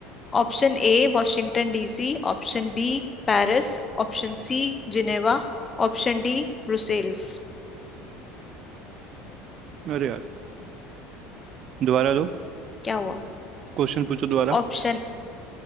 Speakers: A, on the left; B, on the right.
A: Option A Washington DC option B Paris option C Geneva option D Brussels
B: अरे यार दोबारा दो
A: क्या हुआ
B: क्वेश्चन पूछो दोबारा
A: ऑप्शन